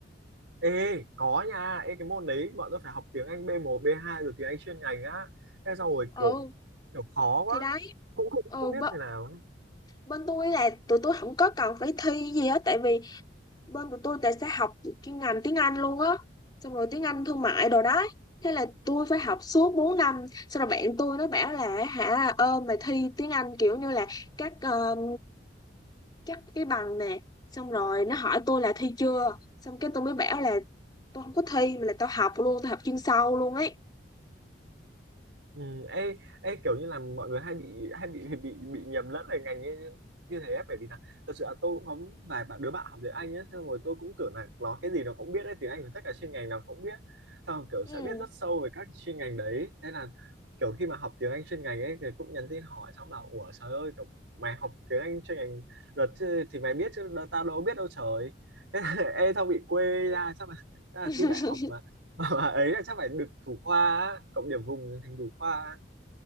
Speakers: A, on the right; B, on the left.
A: ê có nha ê cái môn đấy bọn tôi phải học tiếng Anh b một b hai rồi tiếng Anh chuyên ngành á thế xong rồi
B: ừ
A: kiểu kiểu khó quá
B: thì đấy
A: cũng không
B: ừ
A: không biết
B: b-
A: như nào
B: bên tôi là tụi tôi không có cần phải thi gì hết tại vì bên của tôi tại sẽ học cái ngành tiếng Anh luôn á xong rồi tiếng Anh thương mại đồ đó thế là tôi phải học suốt 4 năm xong rồi bạn tôi nó bảo là hả ơ mày thi tiếng Anh kiểu như là các ờ, các cái bằng nè xong rồi nó hỏi tôi là thi chưa xong cái tôi mới bảo là tôi không có thi mà là tao học luôn tao học chuyên sâu luôn ấy
A: Ừ, ê, ê, kiểu như là mọi người hay bị hay bị bị bị, bị nhầm lẫn về ngành như, như thế ấy, bởi vì là thật sự là tôi cũng có vài bạn đứa bạn học tiếng Anh ấy, xong rồi tôi cũng tưởng là nó cái gì nó cũng biết đấy tiếng Anh của tất cả chuyên ngành nào cũng biết xong rồi kiểu
B: ừ.
A: sẽ biết rất sâu về các chuyên ngành đấy thế là kiểu khi mà học tiếng Anh chuyên ngành ấy thì cũng nhắn tin hỏi xong bảo ủa trời ơi kiểu mày học tiếng Anh chuyên ngành luật chứ, thì mày biết chứ đ- tao đâu biết đâu trời <laughs> thế là, ê tao bị quê ra chắc là chắc là
B: Ừ.
A: thi đại học
B: <laughs>
A: mà mà bà ấy là chắc phải được thủ khoa á, cộng điểm vùng thành thủ khoa á.